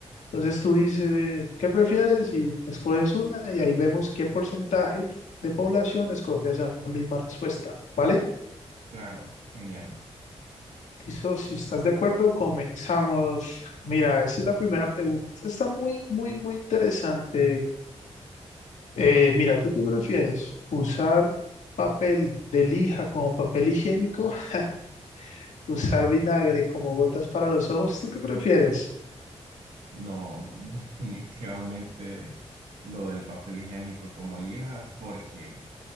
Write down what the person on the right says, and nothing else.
Claro, genial.
No, <laughs> definitivamente lo del papel higiénico como lija, porque